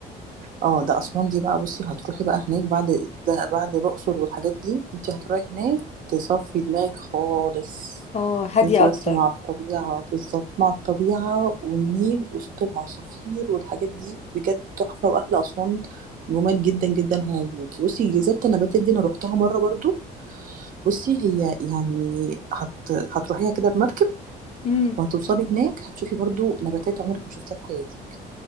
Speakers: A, on the right (about 55°); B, on the left (about 40°).
A: اه ده اسوان دي بقى بصي هتروحي بقى هناك بعد ده بعد الاقصر والحاجات دي انت هتروحي هناك تصفي دماغك خالص
B: اه هاديه
A: انت بس
B: اكتر
A: مع الطبيعه بالظبط مع الطبيعه والنيل وصوت العصافير والحاجات دي بجد تحفه واهل اسوان جمال جدا جدا هيعجبوكي بصي جزيره النباتات دي انا روحتها مره برضو بصي هي يعني هت... هتروحيها كده بمركب
B: مم.
A: وهتوصلي هناك هتشوفي برضو نباتات عمرك ما شفتيها في حياتك